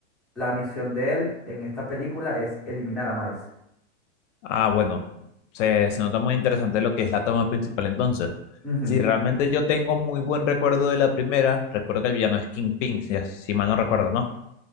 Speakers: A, in the centre; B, on the left (about 80°).
A: la misión de él en esta película es eliminar a Miles.
B: Ah, bueno, se, se nota muy interesante lo que es la toma principal entonces.
A: Ujú.
B: Sí, realmente yo tengo muy buen recuerdo de la primera. Recuerdo que el villano es Kingpin, si, si mal no recuerdo, ¿no?